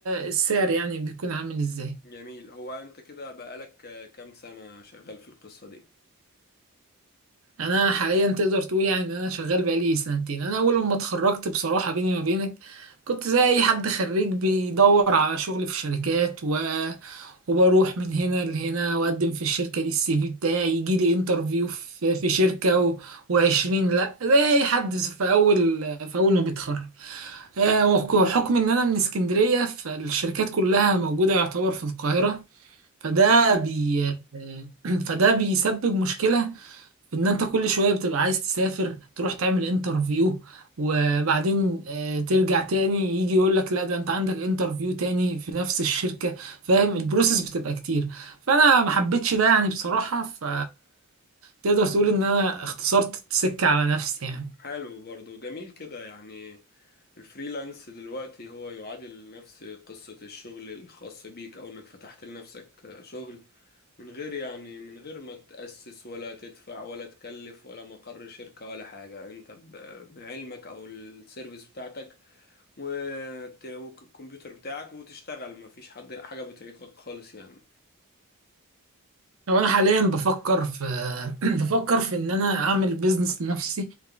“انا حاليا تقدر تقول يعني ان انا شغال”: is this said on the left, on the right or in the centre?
Right